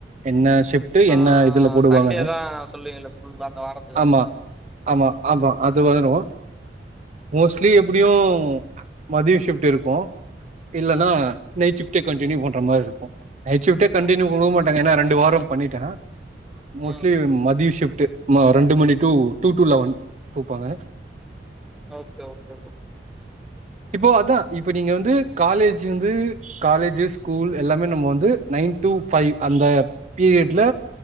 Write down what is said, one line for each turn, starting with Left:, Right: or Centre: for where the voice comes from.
Right: என்ன ஷிஃப்ட்
Centre: ஆ
Right: என்ன இதுல போடுவாங்கன்னு
Centre: சண்டே தா சொல்லுவீங்களே ஃபுல்லா அந்த வாரத்
Right: ஆமா ஆமா ஆமா அது வரு மோஸ்ட்லி எப்டியு மதியோ ஷிஃப்ட் இருக்கு இல்லனா
Centre: ம்
Right: நைட் ஷிஃப்டே கண்டினியூ பண்ற மாதிரி இருக்கு நைட் ஷிஃப்டே கண்டுனியூ
Centre: ஓகே
Right: குடுக்க மாட்டாங்க ஏன்னா ரெண்டு வாரோ பண்ணிட்டே மோஸ்ட்லி
Centre: ம்
Right: மதிய ஷிஃப்ட்டே மா ரெண்டு மணி டூ டூ டூ லெவன் குடுப்பாங்க
Centre: ஓகே ஓகே ப்ரோ
Right: இப்போ அதா இப்ப நீங்க வந்து காலேஜ் வந்து காலேஜு ஸ்கூல் எல்லாமே நம்ம வந்து நைன் டு ஃபைவ் அந்த பீரியட்ல